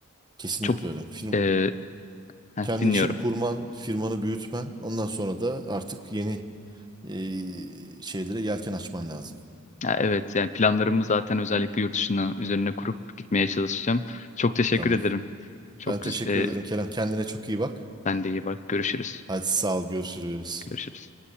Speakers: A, on the right; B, on the left.
A: Kesinlikle
B: Çok
A: öyle. Firm,
B: e, heh,
A: kendi
B: dinliyorum.
A: işini kurman, firmanı büyütmen. Ondan sonra da artık yeni eee, şeylere yelken açman lazım.
B: Ya evet yani planlarımı zaten özellikle yurt dışına üzerine kurup gitmeye çalışacağım. Çok teşekkür
A: Tamam.
B: ederim. Çok
A: Ben
B: güzel.
A: teşekkür ederim Kerem. Kendine çok iyi bak.
B: Ben de iyi bak. Görüşürüz.
A: Hadi sağ ol görüşürüz.
B: Görüşürüz.